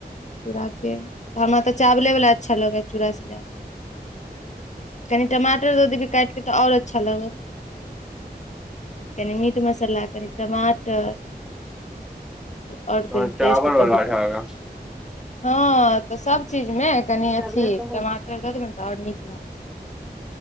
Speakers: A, on the left; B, in the centre.
A: चूड़ाके तऽ हमरा तऽ चावलेवला अच्छा लगै चूड़ासँ जादा। कनि टमाटर द दभी काटि कऽ तऽ आओर अच्छा लागत। कनि मीट मसाला कनि टमाटर आओर
B: हँ
A: कनि
B: टावर
A: टेस्ट
B: वाला
A: बढ़ जेत।
B: छलए
A: हँ तऽ सभचीज में कनि
B: चबले
A: अथी
B: तऽ
A: टमाटर
B: है
A: दऽ देबै ने तऽ आओर नीक लगत।